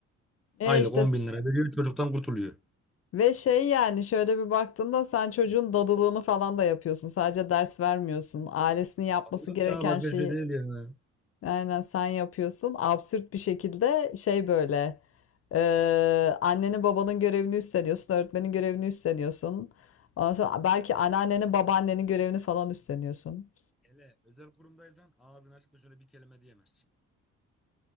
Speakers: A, on the left; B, in the centre.
A: E
B: Aylık
A: işte
B: on
A: s-
B: bin lira veriyor çocuktan kurtuluyor.
A: ve şey yani şöyle bir baktığında sen çocuğun dadılığını falan da yapıyorsun. Sadece ders vermiyorsun. Ailesinin yapması
B: Adılık
A: gereken
B: ya başka
A: şeyi
B: bir şey değil yani.
A: aynen sen yapıyorsun. Absürt bir şekilde şey böyle e, annenin babanın görevini üstleniyorsun. Öğretmenin görevini üstleniyorsun. Ondan sonra belki anneannenin babaannenin görevini falan üstleniyorsun.
B: Hele özel kurumdaysan ağzını açıp da şöyle bir kelime diyemezsin.